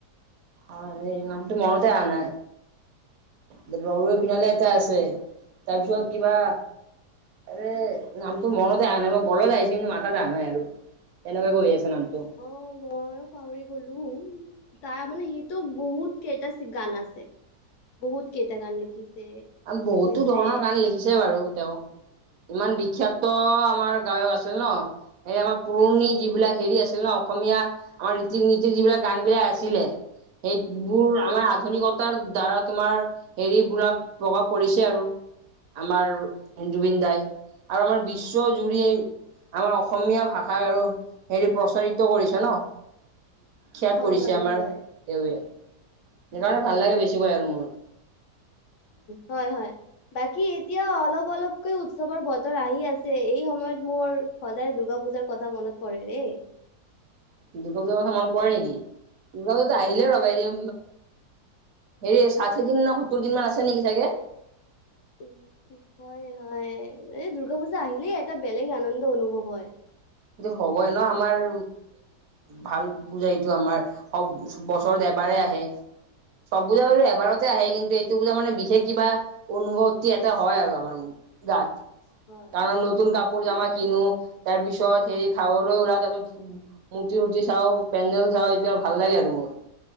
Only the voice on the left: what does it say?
অ, মইয়ো পাহৰি গ'লো। তাৰ মানে সেইটো বহুত কেইটা গান আছে বহুত কেইটা গান লিখিছে।
কৰিছে
হয়
বাৰু
হয়
হয়
হয়
হয়, হয়। বাকী এতিয়া অলপ অলপকৈ উৎসৱৰ বতৰ আহি আছে এই সময়ত মোৰ। সদায় দুৰ্গা পূজাৰ কথা মনত পৰে ৰে।
হয়
উম, হয় হয় মানে দুৰ্গা পূজা আহিলেই এটা বেলেগ আনন্দ অনুভৱ হয়।
হয়
হয়
তো-